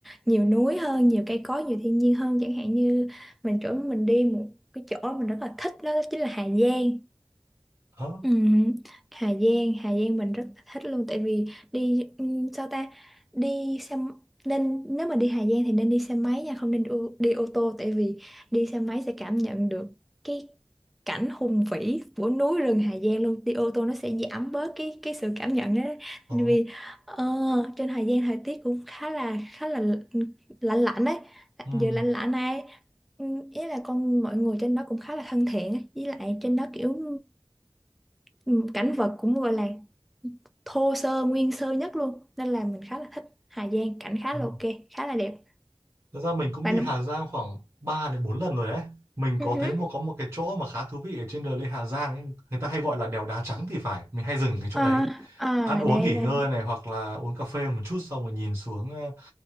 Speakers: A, in the centre; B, on the right.
A: nhiều núi hơn nhiều cây cối nhiều thiên nhiên hơn chẳng hạn như mình chỗ mình đi một cái chỗ mình rất là thích đó chính là Hà Giang
B: Ồ,
A: Ừ, Hà Giang, Hà Giang mình rất là thích luôn tại vì đi ừm, sao ta đi xe m- nên nếu mà đi Hà Giang thì nên đi xe máy nha không nên đi, ô- đi ô tô tại vì đi xe máy sẽ cảm nhận được cái cảnh hùng vĩ của núi rừng Hà Giang luôn đi ô tô nó sẽ giảm bớt cái cái sự cảm nhận đó
B: ồ,
A: Tại vì ờ, trên Hà Giang thời tiết cũng khá là khá là lạnh lạnh ấy
B: ừm,
A: giờ lạnh lạnh này Ừ, ý là con mọi người trên đó cũng khá là thân thiện ấy. với lại trên đó kiểu Ừm, cảnh vật cũng gọi là thô sơ nguyên sơ nhất luôn nên là mình khá là thích Hà Giang cảnh khá
B: ồ.
A: là ok khá là đẹp
B: Thật ra mình cũng
A: bạn
B: đi
A: đúng
B: Hà Giang khoảng 3 đến 4 lần rồi đấy. Mình
A: Ừ.
B: có
A: hứ.
B: thấy một có một cái chỗ mà khá thú vị ở trên đường lên Hà Giang ấy. Người ta hay gọi là đèo đá trắng thì phải. Mình hay dừng cái chỗ
A: à,
B: đấy.
A: à,
B: Ăn uống
A: đây
B: nghỉ
A: đây
B: ngơi này hoặc là uống cà phê một chút xong rồi nhìn xuống ờ,